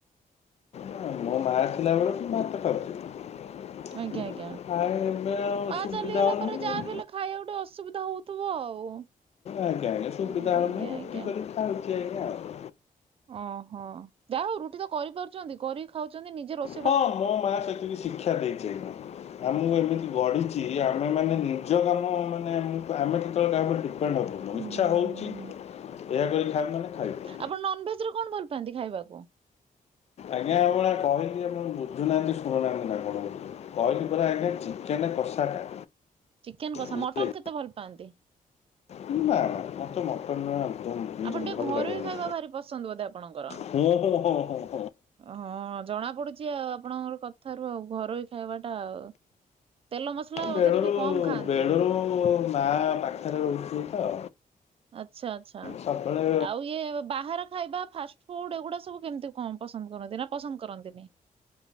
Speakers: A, on the left (about 50°); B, on the right (about 40°).
A: ନାଇଁ ମୋ ମାଆ ଥିଲାବେଳେ ମୁଁ ଭାତ ଖାଉଥିଲି।
B: ଆଜ୍ଞା ଆଜ୍ଞା
A: ଆଉ ଏବେ ଆଉ
B: ମା
A: ସୁବିଧା
B: ଚାଲିଗଲା
A: ହେଉନି
B: ପରେ ଯାହା ବି ହେଲେ ଖାଇଆକୁ ଟିକେ ଅସୁବିଧା ହଉ ଥିବ ଆଉ।
A: ଆଜ୍ଞା ଆଜ୍ଞା ସୁବିଧା
B: ହଁ ଆଜ୍ଞା
A: ହଉନି ରୁଟି
B: ଆଜ୍ଞା
A: କରି ଖାଉଛି ଆଜ୍ଞା ଆଉ।
B: ଓ ହୋ ଯା ହଉ ରୁଟି ତ କରି ପାରୁଛନ୍ତି କରିକି ଖାଉଛନ୍ତି ନିଜେ ରୋଷେ
A: ହଁ ମୋ ମା ସେତିକି ଶିକ୍ଷା ଦେଇଛି ଆଜ୍ଞା ଆମକୁ ଏମିତି ଗଢ଼ିଚି। ଆମେ ମାନେ ନିଜ କାମ ମାନେ ଆମେ କେତେବେଳେ କାହା ଉପରେ ଡିପେଣ୍ଡ ଣ୍ଡ ହବୁନି
B: ହୁଁ
A: ଇଚ୍ଛା ହଉଛି
B: ହୁଁ
A: ଏୟା
B: ହୁଁ
A: କରି କି ଖାଇବୁ ମାନେ ଖାଇବୁ।
B: ଆପଣ ନନ୍ଭେଜ ରେ କଣ ଭଲ ପାଆନ୍ତି ଖାଇବାକୁ।
A: ଆଜ୍ଞା ଆପଣକୁ ବା କହିଲି ଆପଣ ବୁଝୁ ନାହାନ୍ତି ଶୁଣୁ ନାହାନ୍ତି ନା କଣ। କହିଲି ପରା ଆଜ୍ଞା ଚିକେନ କଷାଟା।
B: ଚିକେନ କଷା
A: ବୁଝିଲେ
B: ମଟନ କେତେ ଭଲ ପାଆନ୍ତି।
A: ନା ନା ମତେ ମଟନ୍ ଜମା ଆଦୌ
B: ଆପଣ ଟିକେ
A: ବି ଭଲ
B: ଘରୋଇ
A: ଲାଗେନା
B: ଖାଇବା ଭାରି ପସନ୍ଦ ବୋଧେ ଆପଣଙ୍କର?
A: ହୁଁ ହୁଁ ହଁ ହଁ।
B: ହଁ ଜଣା ପଡୁଛି ଆଉ ଆପଣଙ୍କ ର କଥାରୁ ଆଉ ଘରୋଇ ଖାଇବା ଟା ଆଉ। ତେଲ ମସଲା ବୋଧେ
A: ବେଳୁ
B: ଟିକେ କମ
A: ରୁ
B: ଖାଆନ୍ତି
A: ବେଳୁ ରୁ ମା ପାଖରେ ରହୁଥିଲୁ ତ।
B: ଆଛା ଆଚ୍ଛା
A: ସବୁବେଳେ
B: ଆଉ ଇଏ ବାହାର। ଖାଇବା ଫାଷ୍ଟ ଫୁଡ ଏଗୁଡା ସବୁ କେମିତି କଁ ପସନ୍ଦ କରନ୍ତି ନା ପସନ୍ଦ କରନ୍ତିନି।